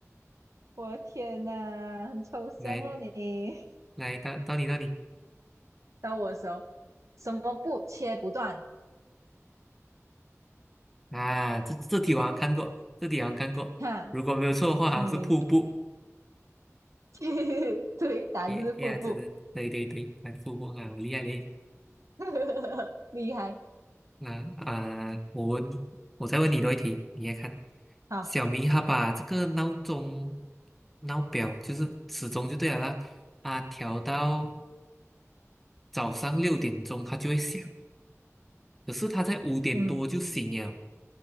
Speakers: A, on the right; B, in the centre.
A: 我的天呐，很抽象哦你。
B: 来来，到到你到你
A: 到我的时候，什么布切不断？
B: 啊，这这题我好像看过，这题好像看过，
A: 哈，
B: 如果没有错的话，好像是瀑布。
A: 嗯，你 <laughs> 对，答案
B: 耶耶，
A: <laughs> 就是瀑布，
B: 真的，对对对，看瀑布啊，我厉害嘞。
A: <laughs> 厉害。
B: 那呃，我问，我再问你多一题，你来看。
A: 好，
B: 小明他把这个闹钟、闹表，就是时钟就对了啦，啊，调到早上六点钟，他就会响。可是他在五点多就醒了，
A: 嗯